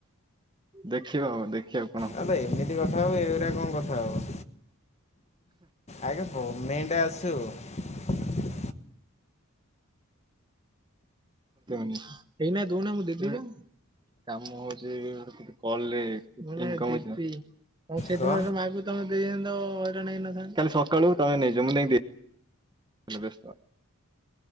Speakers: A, on the right; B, on the left.
A: ଦେଖିବା ହଉ ଦେଖିବାକୁ
B: ତାଲେ ଏମିତି କଥା ହଉ ଏଗୁଡା କଣ କଥା ହଉ ଆଞା ପ ମେଟା ଆସ ହ
A: ନି ହେଇନା ଦଉନା ମୁ ଦେବି ପା କାମ ହଉଛି ଗୋଟେ କଲ ରେ ଇନକମ୍ ହୋଉଛି। ହଁ ସେଇଦିନରେ
B: କହ।
A: ମାଇକୁ ତମେ ଦେଇଅନ୍ତ ାଲି ସକାଳୁ ତମେ ନେଇଯ ମୁଁକିି? ଲ ବ୍ୟ